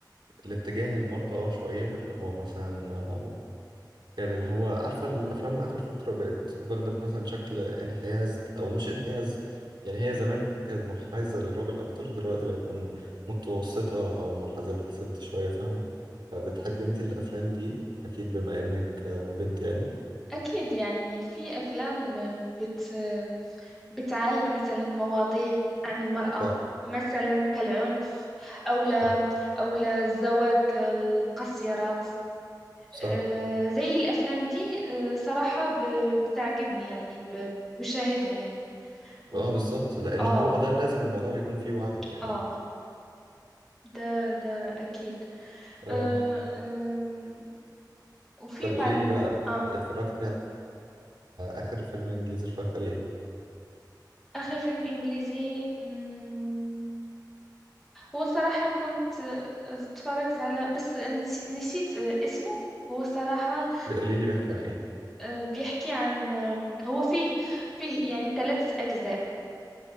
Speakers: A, on the right; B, in the centre.
A: الاتجاه المرأة شويه اللي هو مثلا يعني اللي هو عارفة الأفلام آخر فترة بقت واخدة مثلا شكل انحياز أو مش انحياز يعني هي زمان كانت منحازة للراجل أكتر دلوقتي بقت من- متوسطة أو منحازة للست شوية فاهمة فبتحب أنت الأفلام دي أكيد بما إنك آه، بنت يعني
B: اكيد يعني في افلام بت بتعالج مثلا مواضيع عن المرأة
A: صح
B: مثلا كالعنف أو ل
A: صح
B: أو للزواج القصيرات
A: صح
B: آه، زي الأفلام دي آه، صراحة ب- بتعجبني يعني ب- بشاهدها يعني و...
A: اه بالظبط لأن
B: آه
A: هو ده لازم الموضوع يكون فيه وعي يعني
B: آه ده ده أكيد
A: اه
B: آه، آم، وفي
A: طب
B: بعد
A: قولي لي بقى بت-
B: آه
A: اتفرجتي على آخر فيلم إنجليزي اتفرجت عليه إيه؟
B: آخر فيلم إنجليزي مم، هو صراحة كنت آه، اتفرجت على بس نس- نسيت آه، اسمه هو صراحة
A: قولي لي بيحكي عن إيه
B: آه، بيحكي عن آم، هو فيه فيه يعني ثلاث أجزاء